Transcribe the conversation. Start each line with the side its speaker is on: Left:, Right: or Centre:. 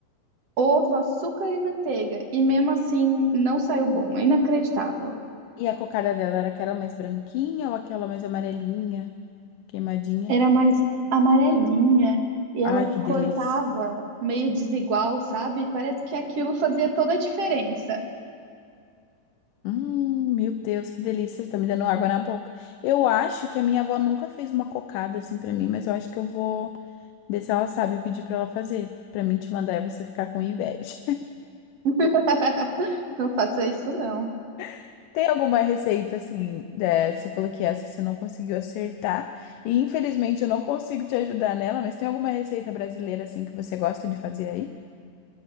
Right: ovo, açúcar e manteiga. E mesmo assim, não saiu bom. É inacreditável.
Left: E a cocada dela era aquela mais branquinha ou aquela mais amarelinha, queimadinha?
Right: Era mais amarelinha. E
Left: Ai,
Right: ela
Left: que delícia.
Right: cortava meio desigual, sabe? Parece que aquilo fazia toda a diferença.
Left: Hum, meu Deus, que delícia, tá me dando água na boca. Eu acho que a minha avó nunca fez uma cocada assim pra mim, mas eu acho que eu vou ver se ela sabe pedir pra ela fazer, pra mim te mandar e você ficar com inveja.
Right: <laughs> Não faça isso, não.
Left: <laughs> Tem alguma receita assim, né, você falou que essa você não conseguiu acertar, e infelizmente eu não consigo te ajudar nela, mas tem alguma receita brasileira assim que você gosta de fazer aí?